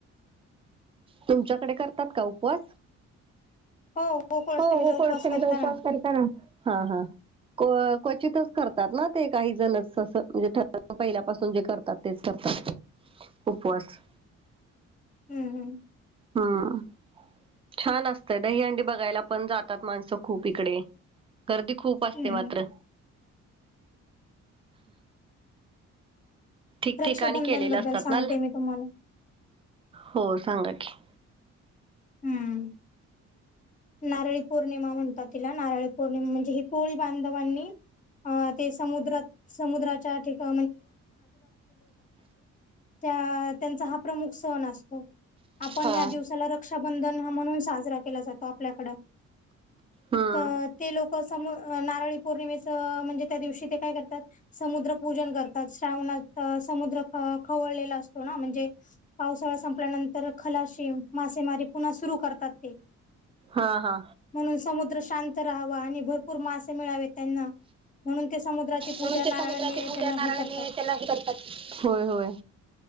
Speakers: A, on the right; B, on the left.
A: तुमच्याकडे करतात का उपवास?
B: हो गोकुळाष्टमीचा
A: हो गोकुळाष्टमी
B: उपवास करताना
A: चा उपवास करताना. हा हा क्वचितच करतात ना ते काही जणच असं म्हणजे <unintelligible> पहिल्यापासून जे करतात. तेच करतात की उपवास
B: हम्म हम्म.
A: हम्म, छान असतंय दहीहंडी बघायला पण जातात माणसं खूप. तिकडे, गर्दी खूप असते
B: हम्म.
A: मात्र. ठिकठिकाणी
B: रक्षाबंधन
A: केलेले
B: बद्दल
A: असतात
B: सांगते
A: ना,
B: मी तुम्हाला.
A: हो सांगा की.
B: हम्म, नारळी पौर्णिमा म्हणतात. तिला नारळी पौर्णिमा म्हणजे ही कोळी बांधवांनी अ ते समुद्रात समुद्राच्या ठिका त्यांचा हा प्रमुख सण असतो. आपण
A: हा.
B: ह दिवसाला रक्षाबंधन हा म्हणून साजरा केला जातो आपल्याकड
A: हम्म
B: तर ते लोक सम नारळी पौर्णिमेच म्हणजे त्या दिवशी ते काय करतात समुद्र पूजन करतात. श्रावणात समुद्र खवळलेला असतो ना म्हणजे पावसाळा संपल्यानंतर खलाशी मा मारी पुन्हा सुरू करतात ते.
A: हा, हा,
B: म्हणून समुद्र शांत राहावा आणि भरपूर मासे मिळावे त्यांना म्हणून ते समुद्राची पूजा
A: म्हणून
B: नारळ
A: ते समुद्राची
B: आणि
A: पूजा
B: त्याला
A: नारळाने
B: हे करतात
A: त्याला हे करतात. होय होय.